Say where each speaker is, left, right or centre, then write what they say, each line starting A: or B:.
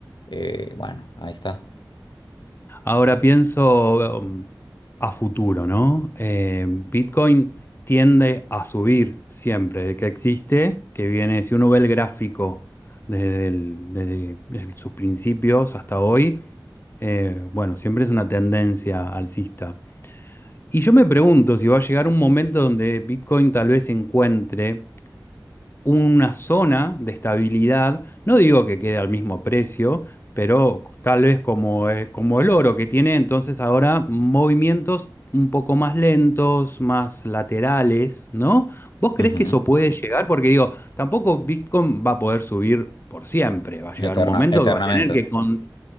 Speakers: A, on the left (about 85°); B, on the left (about 30°).
A: eh, bueno, ahí está.
B: Ahora pienso um, a futuro, ¿no? Eh, Bitcoin tiende a subir siempre, de que existe, que viene, si uno ve el gráfico desde, el- desde el- sus principios hasta hoy, eh, bueno, siempre es una tendencia alcista. Y yo me pregunto si va a llegar un momento donde Bitcoin tal vez encuentre una zona de estabilidad, no digo que quede al mismo precio, pero tal vez como, eh, como el oro que tiene entonces ahora movimientos un poco más lentos, más laterales, ¿no? ¿Vos crees
A: Ujú.
B: que eso puede llegar? Porque digo, tampoco Bitcoin va a poder subir por siempre, va a llegar
A: Eterna,
B: un momento
A: eternamente.
B: que va a tener que, con...